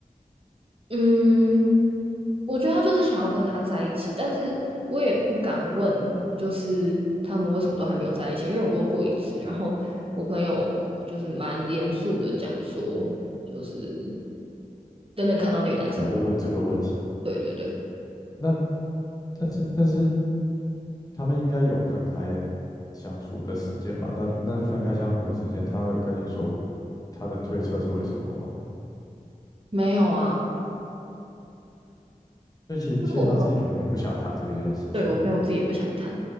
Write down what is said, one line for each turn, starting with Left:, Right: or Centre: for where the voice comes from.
Right: 嗯，我觉得他就是想要跟他在一起，但是我也不敢问，就是他们为什么都还没有在一起，因为我问过一次，然后我朋友就是蛮严肃的讲说，就是等等看到那个男生不要
Left: 不要问这个问题。
Right: 对对对，
Left: 那但是但是他们应该有分开相处的时间吧？那那分开相处的时间，他有跟你说他的推测是为什么吗？
Right: 没有啊，
Left: 所以其实其实他自己可能也不想谈这一件事情，
Right: 就是我朋友，对，我朋友自己也不想谈，